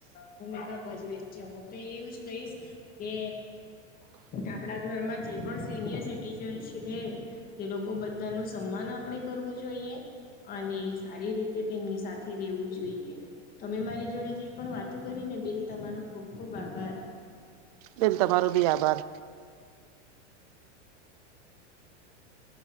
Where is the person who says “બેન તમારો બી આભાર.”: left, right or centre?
Right